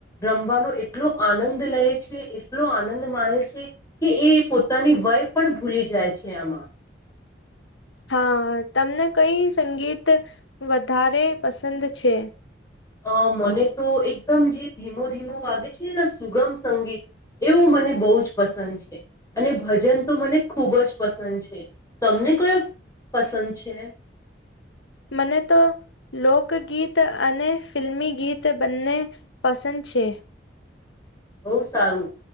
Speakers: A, on the left; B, on the left.
A: રમવાનો એટલો આનંદ લે છે એટલો આ આનંદ માણે છે કે એ પોતાની વય પણ ભૂલી જાય છે આમાં
B: હા તમને કઈ સંગીત વધારે પસંદ છે
A: અ મને તો એકદમ જે ધીમો ધીમો વાગે છે સુગમ સંગીત એવું મને બહુ જ પસંદ છે અને ભજન તો મને ખૂબ જ પસંદ છે તમને મને કોયો પસંદ છે
B: મને તો લોકગીત અને ફિલ્મી ગીત બંને પસંદ છે
A: બહ સારું